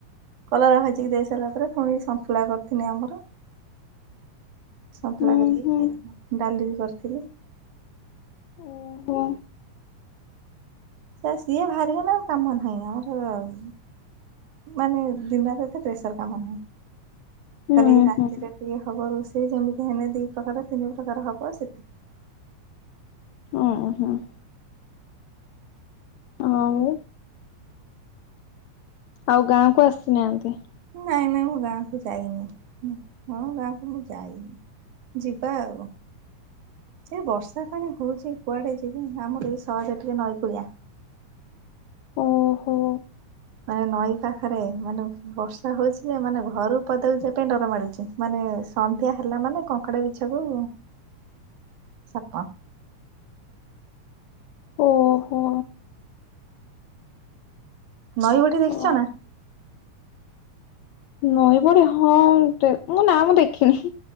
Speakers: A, on the right; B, on the left.
A: କଲରା ଭାଜିକି ଦେଇ ସାରିଲା ପରେ ପୁଣି ସନ୍ତୁଳା କରିିଥିଲି ଆମର। ସନ୍ତଳା
B: ହୁଁ
A: କରିକି
B: ହୁଁ।
A: ଖାଇଥିଲୁ ଡାଲି ବି କରିଥିଲି।
B: ଓହୋ।
A: ସେ ସିଏ ବାହାରିଗଲେ ଆଉ କାମ ନାହିଁ ଆମର ସି ମାନେ ଦିନରେ ଏତେ ପ୍ରେସର କାମ ନୁହୁଁ।
B: ହୁଁ
A: ଖାଲି ରାତିରେ
B: ହୁଁ
A: ଟିକେ ହବ ରୋଷେଇ ଯେମିତି ହେଲେ ଦୁଇ ପ୍ରକାର ତିନି ପ୍ରକାର ହବ ସେଥିେ
B: ଓ-ହୁଁ। ଆଉ ଆଉ ଗାଁ କୁ ଆସିନାହାନ୍ତି?
A: ନାଇଁ ନାଇଁ ମୁଁ ଗାଁକୁ ଯାଇନି ହଁ ଗାଁ କୁ ମୁଁ ଯାଇନି। ଯିବା ଆଉ। ଯୋଉ ବର୍ଷା ପାଣି ହଉଚି କୁଆଡ଼େ ଯିବି ଆମର ବି ସହଜ ଟିକେ ନଈକୂଳିଆ।
B: ଓ ହୋ।
A: ମାନେ ନଈ ପାଖରେ ମାନେ ବର୍ଷା ହଉଛି ମାନେ ଘରୁ ପଦାକୁ ଯିବା ପାଇଁ ଡ଼ର ମାଡୁଚି ମାନେ ସନ୍ଧ୍ୟା ହେଲା ମାନେ କଙ୍କଡ଼ା ବିଛା ସବୁ ସାପ
B: ଓ ହୋ।
A: ନଈ ବଢ଼ି ଦେଖିଛ
B: ଅ
A: ନା?
B: ନଈବଢ଼ି ହଁ <unintelligible> ନା ମୁଁ ଦେଖିନି।